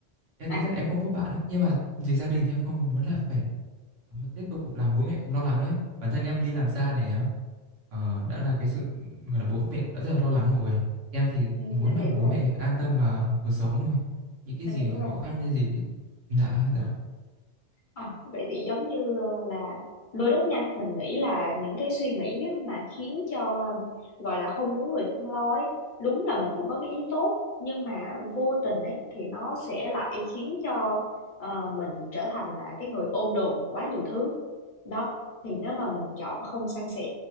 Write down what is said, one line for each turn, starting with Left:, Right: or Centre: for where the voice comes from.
Right: em
Left: à
Right: tính ra là em không có bạn á nhưng mà vì gia đình thì em không có muốn là phải tiếp tục làm bố mẹ lo lắng đấy bản thân em đi làm xa này nhá ờ, đã là cái sự gọi là bố mẹ cũng đã rất là lo lắng rồi em thì
Left: ừm,
Right: muốn
Left: mình hiểu
Right: là bố
Left: rồi
Right: mẹ thì cứ an tâm mà cuộc sống thôi những cái
Left: mình
Right: gì
Left: hiểu rồi
Right: khó khăn hay gì thì dạ dạ
Left: Ờ, vậy thì giống như ờ, là đôi lúc nha mình nghĩ là những cái suy nghĩ á mà khiến cho ờ, gọi là không muốn người thân lo ấy, đúng là mình cũng có cái ý tốt nhưng mà vô tình ấy thì nó sẽ lại khiến cho ờ, mình trở thành là cái người ôm đồm quá nhiều thứ đó thì nếu mà mình chọn không san sẻ